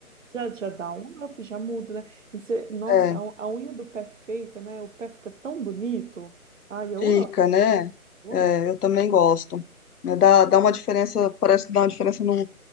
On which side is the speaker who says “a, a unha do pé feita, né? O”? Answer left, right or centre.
Right